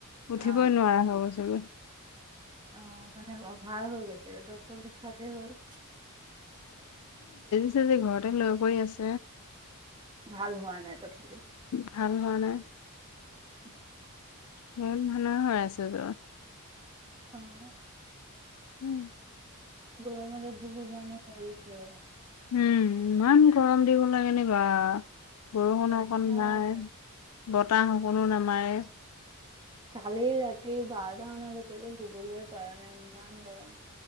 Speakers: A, on the left (about 80°); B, on the right (about 20°).
A: উঠিবই
B: অ
A: নোৱাৰা হ' গৈ চাগৈ।
B: অ, মানে অভাৰ হৈ গৈছে, ডাক্তৰ দেখালেই হ'ল।
A: যে ঘৰতে লগ কৰি আছে।
B: ভাল হোৱা নাই তথাপিও
A: ভাল মানে।
B: উ।
A: ই, মে, হৈ, আছে ত।
B: অ'।
A: উম।
B: গৰ মা বহুত মানহ মৰিছে অ'।
A: উম, ইমান গৰম দিব ল কেনেিবা বৰষুণ
B: অভাৰ
A: অকণ নাই। বতাহ সকোনো নামাৰে।
B: কালি ৰাতি বাৰটা মানলৈকেতো শুবলৈ পৰা নাই ইমান গৰম।